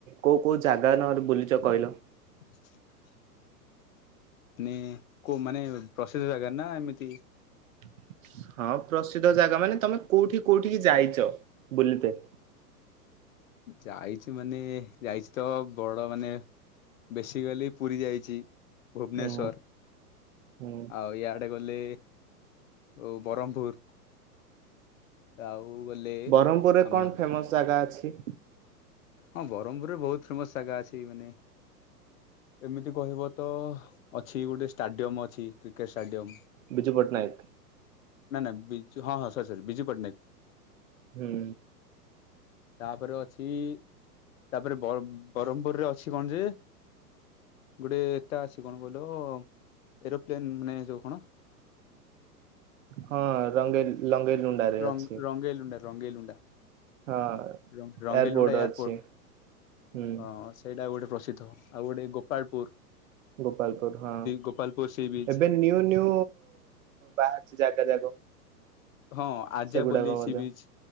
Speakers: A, on the right (about 55°); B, on the left (about 55°).
A: କୋଉ କୋଉ ଜାଗା ନ ବୁଲିଛ କହିଲ?
B: <inaudible> ମାନେ କୋଉ ମାନେ ପ୍ରସିଦ୍ଧ ଜାଗା ନା ଏମିତି
A: <inaudible> ହଁ ପ୍ରସିଦ୍ଧ ଜାଗା ମାନେ ତମେ କୋଉଠି କୋଉଠିିକି ଯାଇଛ ବୁଲିତେ?
B: ଯାଇଛି ମାନେ ଯାଇଛି ତ ବଡ ମାନେ ବେସିକାଲି ପୁରୀ ଯାଇଛି ଭୁବନେଶ୍ଵର
A: ହୁଁ ହୁଁ
B: ଆଉ ଇଆଡେ ଗଲେ ଆଉ ବରହମପୁର। ଆଉ ଗଲେ
A: ବ୍ରହ୍ମପୁରରେ
B: ଆମର
A: କଣ ଫେମସ ଜାଗା ଅଛି?
B: ହଁ ବ୍ରହ୍ମପୁରରେ ବହୁତ ଫେମସ ଜାଗା ଅଛି ଏଇ ମାନେ ଏମିତି କହିବ ତ ଅଛି ଗୋଟେ ଷ୍ଟାଡିୟମ ଅଛି କ୍ରିକେଟ ଷ୍ଟାଡିୟମ
A: ବିଜୁ ପଟ୍ଟନାୟକ?
B: ନା ନା ବିଜୁ ହଁ ହଁ ସରି ସରି ବିଜୁ ପଟ୍ଟନାୟକ।
A: ହୁଁ।
B: ତାପରେ ଅଛି ତାପରେ ବରହମ ବରହମପୁରରେ ଅଛି କଣ ଯେ ଗୋଟେ ଏଟା ଅଛି କଣ କହିଲ ଏରୋପ ପ୍ଲେନ ମାନେ ଯୋଉ କଣ
A: ହଁ ରଙ୍ଗେଇ ଲଙ୍ଗେଇ ଲୁଣ୍ଡାରେ
B: ରଙ୍ଗ
A: ଅଛି।
B: ରଙ୍ଗେଇଲୁଣ୍ଡା ରଙ୍ଗେଇଲୁଣ୍ଡା।
A: ହଁ
B: ରଙ୍ଗ ରଙ୍ଗେଇଲୁଣ୍ଡା
A: ଏୟାରପୋର୍ଟ
B: ଏୟାରପୋର୍ଟ
A: ଅଛି ହୁଁ
B: ହଁ ସେଇଟା ଗୋଟେ ପ୍ରସିଦ୍ଧ। ଆଉ ଗୋଟେ ଗୋପାଳପୁର।
A: ଗୋପାଳପୁର ହଁ।
B: ଗୋପାଳପୁର ସି ବିଚ୍
A: ଏବେ ନିୟୁ ନିୟୁ ବାହାରୁଛି ଜାଗା ଯାକ।
B: ହଁ ଆର୍ଯ୍ୟାପଲ୍ଲୀ
A: ସେଗୁଡାକ ମଧ୍ୟ
B: ସି ବିଚ